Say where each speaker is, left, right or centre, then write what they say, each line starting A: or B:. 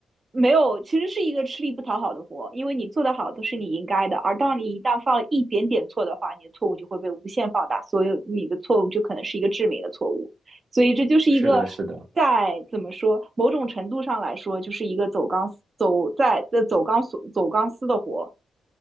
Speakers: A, on the right; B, on the right.
A: 没有，其实是一个吃力不讨好的活，因为你做得好都是你应该的，而当你一旦犯了一点点错的话，你的错误就会被无限放大，所以你的错误就可能是一个致命的错误。所以这就是一个在怎么说，
B: 是的，是的。
A: 某种程度上来说，就是一个走钢丝走在在走钢索走钢丝的活。